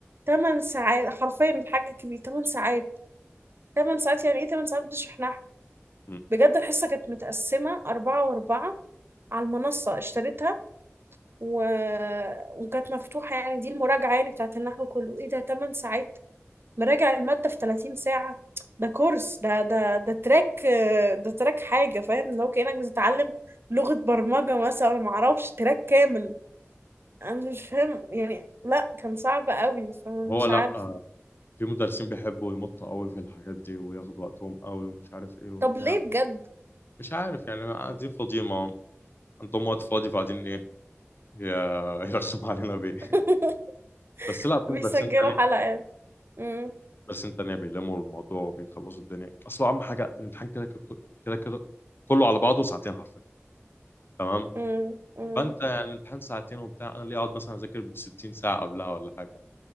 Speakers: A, on the right (about 55°); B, on the left (about 50°).
A: 8 ساعات حرفيا الحاج الكبير 8 ساعات 8 ساعات يعني ايه 8 ساعات بتشرح نحو
B: مم.
A: بجد الحصة كانت متقسمة أربعة وأربعة على المنصة اشتريتها و... وكانت مفتوحة يعني دي المراجعة يعني بتاعت النحو كله ايه ده 8 ساعات مراجع المادة في 30 ساعة ده كورس ده ده ده تراك آه، ده تراك حاجة فاهم لو كأنك بتتعلم لغة برمجة مثلا معرفش تراك كامل أنا مش فاهم يعني لا كان صعب قوي فمش
B: هو لا
A: عارف
B: آه، في مدرسين بيحبوا يمطوا قوي في الحاجات دي وياخدوا وقتهم قوي ومش عارف ايه وبتاع
A: طب ليه بجد
B: مش عارف يعني قاعدين فاضيين ما عندهم وقت فاضي فقاعدين ايه ي- <laughs> يرخم علينا بيه
A: <laughs>
B: بس لا في
A: بيسجلوا
B: مدرسين تانية
A: حلقات مم،
B: بس انت تانية بيلموا الموضوع وبيخلصوا الدنيا اصل اهم حاجه الامتحان كده كده كده كده كله على بعضه ساعتين حرفيا تمام
A: مم، مم.
B: فانت يعني الامتحان ساعتين وبتاع انا ليه اقعد مثلا اذاكر ب 60 ساعه قبلها ولا حاجه